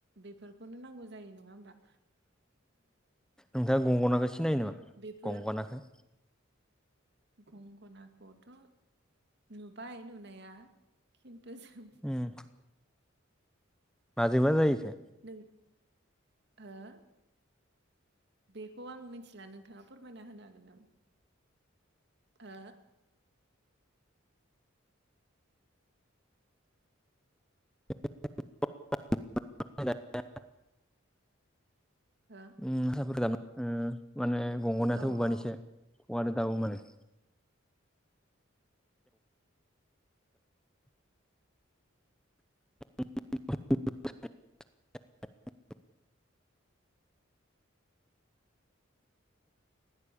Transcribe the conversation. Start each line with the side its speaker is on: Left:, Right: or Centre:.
Right: बेफोरखौनो नांगौ जायो नङा होनबा।
Centre: नोंथाङा गंगनाखो सिनायो नामा
Right: बेफोर
Centre: गंगनाखो?
Right: गंगनाखौथ' नुबाय नुनाया खिन्थु जों
Centre: उम माजोंबा जायोखो।
Right: नों हो? बेखौ आं मिथिला नोंथाङा फोरमायना होनो हागोन नामा? ओ।
Centre: <unintelligible>
Right: हो?
Centre: उम साफोर दाब माने गंगोनायाथ'
Right: हो
Centre: औवानिसो
Right: हो
Centre: औवादो दामो माने। <unintelligible>